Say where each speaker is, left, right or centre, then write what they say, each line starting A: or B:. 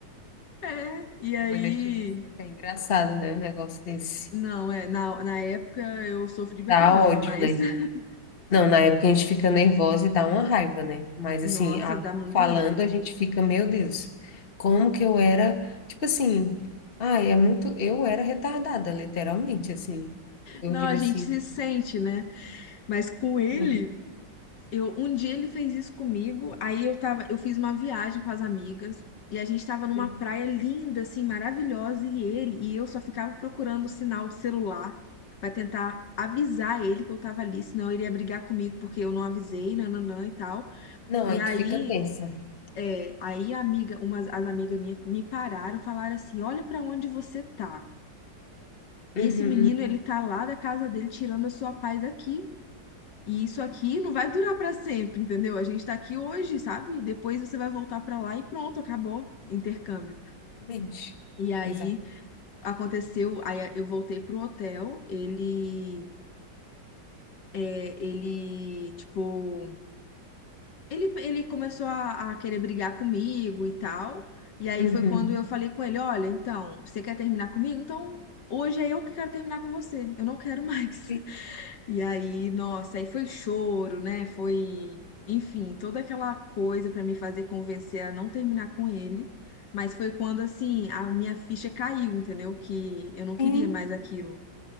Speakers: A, on the left (about 70°); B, on the left (about 35°).
A: É, e aí
B: Olha, chega a ser até engraçado, né? Um negócio desse.
A: Não, é, na, na época eu sofri pra
B: Dá
A: caramba,
B: ódio,
A: mas
B: né?
A: <laughs>
B: Não, na época a gente fica nervosa e dá uma raiva, né? Mas
A: nossa,
B: assim, a-
A: dá muita
B: falando
A: raiva.
B: a gente fica, meu Deus, como que eu era, tipo assim, ai, é muito, eu era retardada, literalmente, assim. Eu
A: Não,
B: digo
A: a gente
B: assim,
A: se sente, né? Mas com ele,
B: ai,
A: eu um dia ele fez isso comigo, aí eu tava, eu fiz uma viagem com as amigas e a gente tava numa
B: uhum.
A: praia linda assim, maravilhosa e ele e eu só ficava procurando o sinal de celular pra tentar avisar ele que eu tava ali, senão ele ia brigar comigo porque eu não avisei, nananã e tal.
B: não,
A: E
B: aí
A: aí
B: tu fica tensa.
A: É, aí a amiga, umas, as amigas minhas me pararam, falaram assim: "Olha pra onde você tá. Esse
B: Uhum,
A: menino, ele tá lá da casa dele tirando a sua paz aqui. E isso aqui não vai durar pra sempre, entendeu? A gente tá aqui hoje, sabe? Depois você vai voltar pra lá e pronto, acabou. Intercâmbio.
B: exatamente.
A: E aí
B: Exato.
A: aconteceu, aí eu voltei pro hotel, ele é, ele tipo Ele, ele começou a, a querer brigar comigo e tal. E aí
B: Uhum.
A: foi quando eu falei com ele: Olha, então, você quer terminar comigo? Então, hoje é eu que quero terminar com você. Eu não quero mais.
B: E-
A: <laughs> E aí, nossa, aí foi choro, né? Foi, enfim, toda aquela coisa pra me fazer convencer a não terminar com ele. Mas foi quando, assim, a minha ficha caiu, entendeu? Que eu não queria
B: Sim,
A: mais aquilo.